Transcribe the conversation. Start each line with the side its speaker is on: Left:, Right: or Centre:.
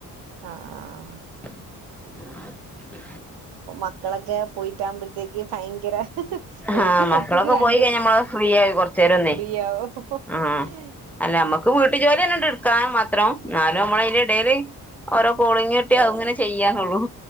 Right: ആ ആ
Centre: <inaudible>
Right: അപ്പൊ മക്കളെക്കെ പോയിട്ടാകുമ്പോഴ്ത്തേക്ക് ഭയങ്കര
Centre: ആഹ്
Right: എനിക്ക്
Centre: മക്കളൊക്കെ
Right: സത്യത്തില് രണ്ട്
Centre: പോയി കഴിഞ്ഞ നമ്മള് ഫ്രീ ആയി കൊറച്ചേരം ഒന്നേ
Right: <unintelligible>
Centre: ആഹ്
Right: ഏ
Centre: അല്ല നമ്മക്ക് വീട്ട്ജോലിന്നെണ്ട് ഇട്ക്കാമാ ത്രം, ന്നാലും നമ്മളയ്ന്റെടേല് ഓരോ കോളിങ്ങിട്ട്യാ ഔങ്ങനെ ചെയ്യാനുള്ളൂ.